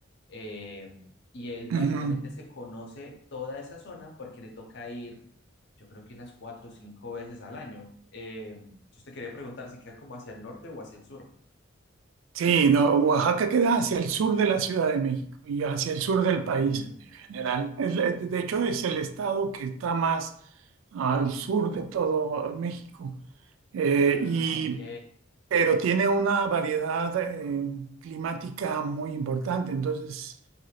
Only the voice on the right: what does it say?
ujú.
Sí, no, Oaxaca queda hacia el sur de la Ciudad de México y hacia el sur del
país en general. El- eh, de hecho, es el estado que está más al sur de todo México. Eh,
y
pero tiene una variedad eh, climática muy importante. Entonces,